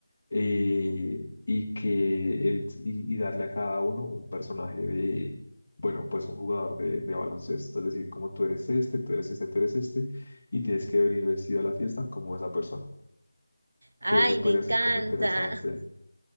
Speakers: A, on the left (about 40°); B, on the right (about 55°).
A: eh, y que él, y, y darle a cada uno un personaje de, bueno, pues un jugador de, de baloncesto. Es decir, como tú eres este, tú eres este, tú eres este, y tienes que venir vestido a la fiesta como esa persona.
B: Ay,
A: Creo que podría
B: me encanta.
A: ser como interesante,
B: <laughs>